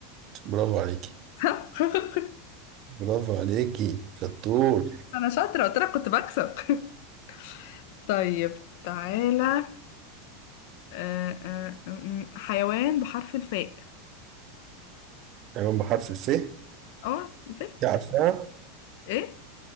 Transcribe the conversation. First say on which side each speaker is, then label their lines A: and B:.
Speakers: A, on the right; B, on the left.
A: برافو عليكي
B: <laughs>
A: برافو عليكي شطور
B: انا شاطرة قلت لك كنت بكسب <laughs> طيب تعالى آه، آه، آه، آه، آه، حيوان بحرف الفاء
A: حيوان بحرف الف
B: اه الفاء
A: دي عارفاها
B: ايه